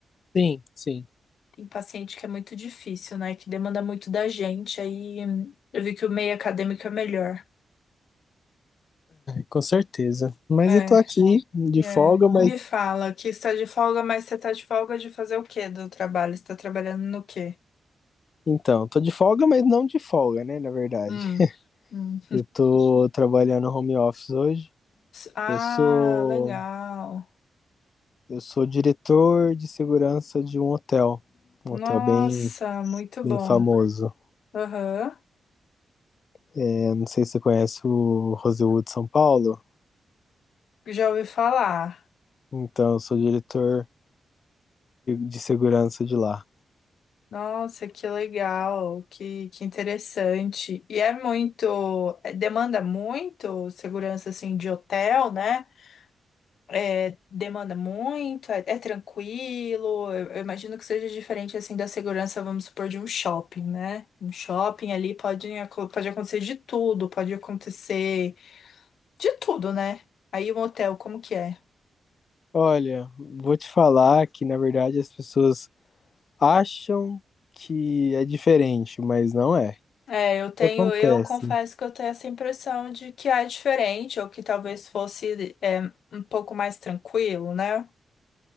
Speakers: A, on the left; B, on the left.
A: Sim, sim.
B: Tem paciente que é muito difícil, né? Que demanda muito da gente, aí hum, eu vi que o meio acadêmico é melhor.
A: Com certeza. Mas
B: É.
A: eu tô aqui de
B: É,
A: folga, mas.
B: me fala que está de folga, mas você está de folga de fazer o quê do trabalho? Você está trabalhando no quê?
A: Então, tô de folga, mas não de folga, né? Na verdade.
B: Hum, hum.
A: Eu tô trabalhando home office hoje.
B: Ah,
A: Eu sou
B: legal.
A: Eu sou diretor de segurança de um hotel, um
B: Nossa,
A: hotel bem,
B: muito
A: bem
B: bom.
A: famoso.
B: Aham,
A: É, não sei se você conhece o Rosewood São Paulo.
B: já ouvi falar.
A: Então, eu sou diretor de segurança de lá.
B: Nossa, que legal, que, que interessante. E é muito, é, demanda muito segurança assim de hotel, né? É, demanda muito, é, é tranquilo. Eu, eu imagino que seja diferente assim da segurança, vamos supor, de um shopping, né? Um shopping ali pode, aco- pode acontecer de tudo, pode acontecer de tudo, né? Aí um hotel, como que é?
A: Olha, vou te falar que na verdade as pessoas acham que é diferente, mas não é.
B: É, eu tenho,
A: O que acontece?
B: eu confesso que eu tenho essa impressão de que é diferente, ou que talvez fosse é, um pouco mais tranquilo, né?